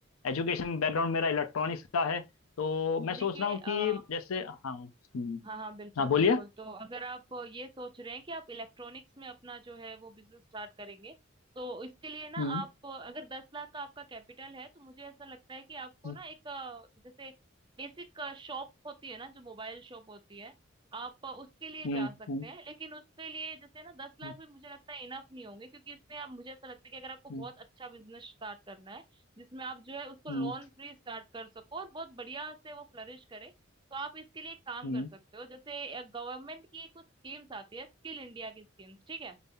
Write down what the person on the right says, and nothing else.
देखिए
अ,
हाँ हाँ बिल्कुल
बिल्कुल तो अगर आप ये सोच रहे हैं कि आप इलेक्ट्रॉनिक्स में अपना जो है वो बिजनेस स्टार्ट करेंगे तो इसके लिए ना
आप अगर दस लाख का आपका कैपिटल है तो मुझे ऐसा लगता है कि आपको
ना एक अ, जैसे बेसिक शॉप होती है ना जो मोबाइल शॉप होती है आप उसके लिए
जा सकते
हैं लेकिन उसके लिए जैसे ना दस लाख
भी मुझे लगता है इनफ नहीं होंगे क्योंकि उसमें आप मुझे ऐसा लगता है कि अगर आपको बहुत
अच्छा बिजनेस स्टार्ट करना है जिसमें आप जो है उसको
लोन फ्री स्टार्ट कर सको और बहुत बढ़िया से वो फ्लरिश करे तो आप इसके लिए एक काम
कर सकते हो जैसे गवर्नमेंट की कुछ स्कीम्स आती है स्किल इंडिया की स्कीम्स ठीक है